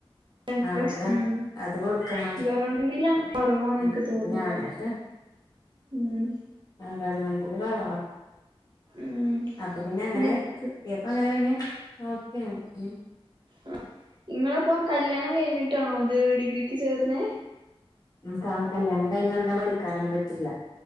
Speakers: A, on the right (about 55°); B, on the left (about 40°).
A: രണ്ട്
B: ആഹ്
A: ലക്ഷം
B: അത്ര
A: ഉം
B: അത് കൊടുക്കണം
A: ഗവൺമെന്റിൽ അങ്ങനെ കുറവാന്ന്
B: ഉം
A: എനിക്ക് തോന്നുന്നേ
B: ഇത് ഞാൻ ന്ന്ട്ട്
A: ഉം
B: ആഹ് ഗവൺമെന്റില് കേറ
A: ഉം
B: പ്പം പിന്നെ അങ്ങനെ
A: നി
B: കിട്ടയപ്പങ്ങനെ പിന്നെ നോക്ക ഉം
A: ഉം ഇങ്ങളപ്പം കല്യാണം കഴിഞ്ഞിട്ടാണോ ഇത് ഡിഗ്രിക്ക് ചേർന്നേ
B: ൻകാ കല്യാണം കഴിഞൊടെനെ പഠിക്കാനൊന്നും പറ്റിയില്ല.